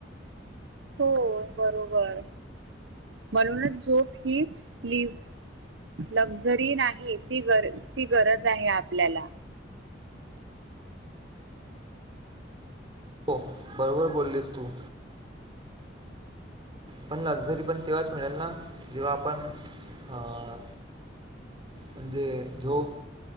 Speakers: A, on the right; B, on the right.
A: हो बरोबर म्हणूनच झोप ही लिव लक्झरी नाही ती गर ती गरज आहे आपल्याला.
B: हो बरोबर बोललीस तू. पण लक्झरी पण तेव्हाच मिळेल ना, जेव्हा आपण अ म्हणजे झोप